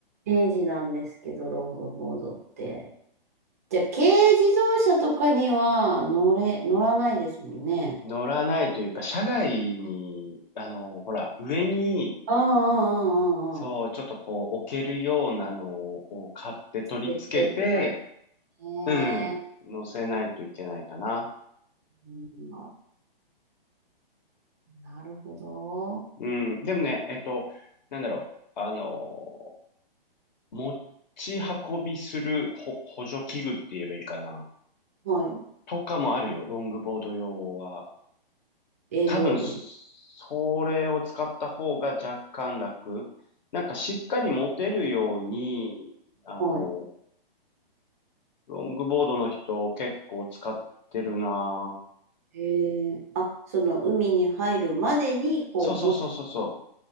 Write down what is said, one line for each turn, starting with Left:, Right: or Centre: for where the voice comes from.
Right: ページなんですけど、ロングボードって。じゃあ軽自動車とかには乗れ、乗らないですもんね。
Left: 乗らないというか、車外に、あの、ほら、上に、
Right: ああああああああ
Left: そう、ちょっとこう、置けるようなのを買って取り付けて、
Right: 設定とか。ねえ。
Left: うん、乗せないといけないかな。
Right: うんあなるほど。
Left: うん、でもね、えっと、なんだろう、あの、持ち運びするほ補助器具って言えばいいかな。
Right: はい。
Left: とかもあるよ、ロングボード用は。
Right: えー、
Left: 多分、
Right: どういうこと
Left: それを使った方が若干楽。なんかしっかり持てるように、あの、
Right: は
Left: ロングボードの人結構使ってるな。
Right: い。えー、あ、その海に入るまでに、こう、
Left: そうそうそうそうそ
Right: 持つ。